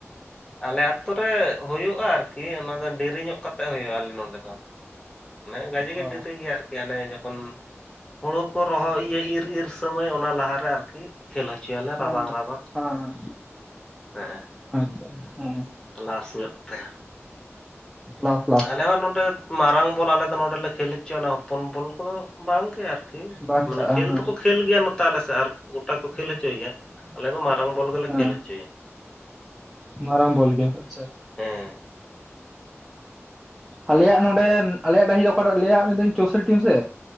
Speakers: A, on the left; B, in the centre.
A: ᱟᱞᱮ ᱟᱛᱳ ᱨᱮ ᱦᱩᱭᱩᱜᱼᱟ ᱟᱨᱠᱤ ᱚᱱᱟ ᱫᱚ ᱰᱮᱨᱤ ᱧᱚᱜ ᱠᱟᱛᱮᱜ ᱦᱩᱭᱩᱜᱼᱟ ᱟᱞᱮ ᱱᱚᱰᱮ ᱫᱚ᱾ ᱢᱟᱱᱮ ᱜᱟᱡᱮ ᱜᱮ
B: ᱚ
A: ᱰᱤᱨᱤ ᱜᱮᱭᱟ ᱟᱨᱠᱤ ᱟᱱᱮ ᱡᱚᱠᱷᱚᱱ ᱦᱳᱲᱳ ᱠᱚ ᱨᱚᱦᱚᱭ ᱤᱭᱟᱹ ᱤᱨ ᱤᱨ ᱥᱚᱢᱚᱭ ᱚᱱᱟ ᱞᱟᱦᱟᱨᱮ ᱟᱨᱠᱤ ᱠᱷᱮᱞ ᱦᱚᱪᱚᱭᱟᱞᱮ
B: ᱦᱚᱸ
A: ᱨᱟᱵᱟᱝ ᱨᱟᱵᱟᱝ
B: ᱦᱚᱸ
A: ᱦᱮᱜ ᱮ
B: ᱟᱪᱪᱷᱟ ᱦᱮᱸ
A: ᱞᱟᱥ ᱧᱚᱜ ᱛᱮ
B: ᱞᱟᱥ ᱞᱟᱥ
A: ᱟᱞᱮ ᱦᱚᱸ ᱱᱚᱰᱮ ᱢᱟᱨᱟᱝ ᱵᱚᱞ ᱟᱞᱮ ᱫᱚ ᱱᱚᱸᱰᱮᱰ ᱮᱞᱮ ᱠᱷᱮᱞ ᱦᱚᱪᱚᱭᱟ ᱚᱱᱮ ᱦᱚᱯᱚᱱ ᱵᱚᱞ ᱠᱚᱫᱚ ᱵᱟᱝᱜᱮ ᱟᱨ
B: ᱵᱟᱧᱪᱟᱜᱼᱟ
A: ᱢᱟᱱᱮ ᱠᱷᱮᱞ
B: ᱦᱮᱸ
A: ᱫᱚᱠᱚ ᱠᱷᱮᱞ ᱜᱮᱭᱟ ᱱᱚᱛᱮ ᱟᱞᱮ ᱥᱮᱫ ᱟᱨ ᱜᱚᱴᱟ ᱠᱚ ᱠᱷᱮᱞ ᱦᱚᱪᱚᱭ ᱜᱮᱭᱟ ᱟᱞᱮ ᱫᱚ ᱢᱟᱨᱟᱝ ᱵᱚᱞ ᱜᱮᱞᱮ
B: ᱦᱮᱸ
A: ᱠᱷᱮᱞ ᱦᱚᱪᱚᱭᱟ
B: ᱢᱟᱨᱟᱝ ᱵᱚᱞ ᱜᱮ ᱟᱪᱪᱷᱟ ᱟᱪᱪᱷᱟ
A: ᱦᱮᱸ
B: ᱟᱞᱮᱭᱟᱜ ᱱᱚᱸᱰᱮ ᱟᱞᱮᱭᱟᱜ ᱰᱟᱹᱦᱤ ᱨᱮ ᱚᱠᱟᱴᱟᱜ ᱞᱟᱹᱭᱟᱜ ᱢᱮᱫᱳᱧ ᱪᱳᱥᱳ ᱴᱤᱢ ᱥᱮ